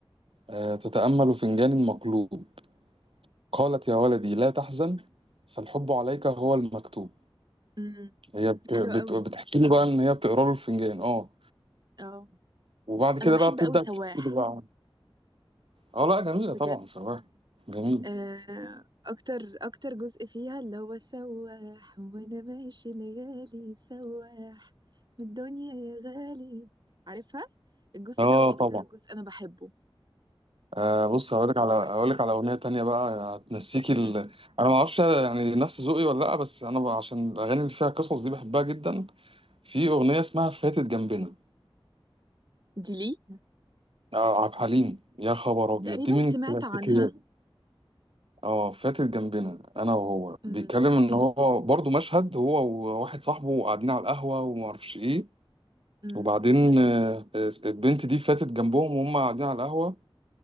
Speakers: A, on the right; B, on the right.
A: آه، تتامل فنجان مقلوب قالت يا ولدي لا تحزن فالحب عليك هو المكتوب
B: امم
A: هي بت...
B: حلو
A: بت...
B: قوي
A: بتحكي له بقى ان هي بتقرا له الفنجان اه
B: اه
A: وبعد
B: انا
A: كده
B: بحب
A: بقى بتبدا
B: قوي سواح
A: تحكي له بقى اه لا جميله
B: بجد
A: طبعا صراحه جميله
B: آه، اكتر اكتر جزء فيها اللي هو سواح وانا ماشي ليالي سواح من الدنيا يا غالي عارفها الجزء
A: اه
B: ده هو اه اكتر
A: طبعا
B: جزء انا بحبه
A: آه بص هقولك
B: بس
A: على هقولك
B: طيب
A: على اغنيه تانية بقى هتنسيكي
B: امم
A: ال... انا ما اعرفش يعني نفس ذوقي ولا لا بس انا بقى عشان الاغاني اللي فيها قصص دي بحبها جدا في اغنيه اسمها فاتت جنبنا
B: دي ليه
A: آه عبد الحليم يا خبر ابيض
B: تقريبا
A: دي من
B: سمعت
A: الكلاسيكيات
B: عنها
A: اه فاتت جنبنا انا وهو
B: امم
A: بيتكلم ان هو برضو مشهد هو وواحد صاحبه قاعدين على القهوه وما اعرفش ايه
B: امم
A: وبعدين آه، آه، البنت دي فاتت جنبهم وهم قاعدين على القهوه